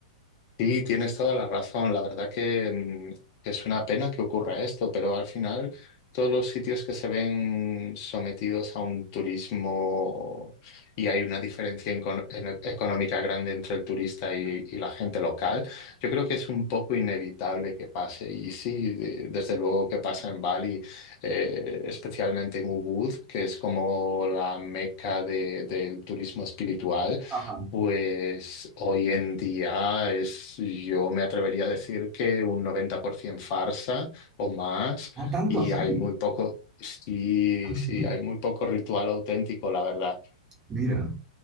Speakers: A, on the left; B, on the right.
A: Sí, tienes toda la razón. La verdad que, mm, que es una pena que ocurra esto, pero al final todos los sitios que se ven sometidos a un turismo y hay una diferencia encon- en- económica grande entre el turista y, y la gente local, yo creo que es un poco inevitable que pase. Y sí, de- desde luego que pasa en Bali, eh, especialmente en Ubud, que es como la meca de- del turismo espiritual.
B: Ajá.
A: Pues hoy en día es, yo me atrevería a decir que un 90% farsa o más,
B: Ah, tanto
A: y
B: así.
A: hay muy poco, sí,
B: Así.
A: sí, hay muy poco ritual auténtico, la verdad.
B: Mira.